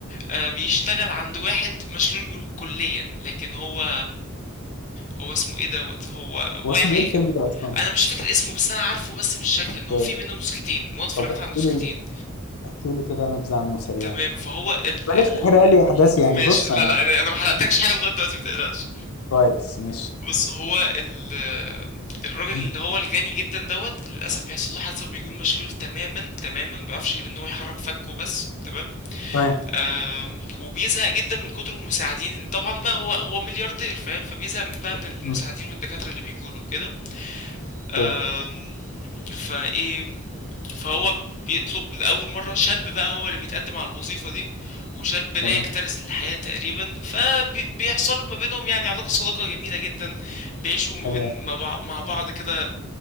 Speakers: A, on the left; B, on the left.
A: آه، بيشتغل عند واحد مشلول جو- كليا لكن هو هو اسمه ايه دوت هو واعي
B: هو اسمه ايه الفيلم ده اصلا؟
A: انا مش فاكر اسمه بس انا عارفه بس بالشكل ان هو
B: ايه
A: في منه نسختين وانا اتفرجت
B: طب احكي
A: على النسختين
B: لي احكي لي كده نبذة عنه سريعا
A: تمام
B: كده
A: فهو ال
B: بلاش
A: ال
B: تحرق لي احداث يعني
A: ماشي
B: بص
A: لا
B: انا
A: لا لا، انا ما حرقتلكش حاجه لغايه دلوقتي متقلقش
B: كويس ماشي
A: بص هو ال الراجل
B: <clears throat>
A: اللي
B: مم.
A: هو الجاني جدا دوت للاسف بيحصل له حادثه وبيكون مشلول تماما تماما ما بيعرفش غير ان هو يحرك فكه بس تمام
B: تمام
A: آم، وبيزهق جدا من كتر المساعدين طبعا بقى هو هو ملياردير فاهم فبيزهق من بقى من المساعدين
B: مم.
A: والدكاتره اللي بيجوا له وكده آم،
B: تمام
A: فايه فهو بيطلب لأول مرة شاب بقى هو اللي بيتقدم على الوظيفة دي وشاب لا
B: تمام
A: يكترث للحياة تقريبا فبيحصلوا ما بينهم يعني علاقة صداقة جميلة جدا بيعيشوا ما
B: تمام
A: بين مع بعض- مع بعض كده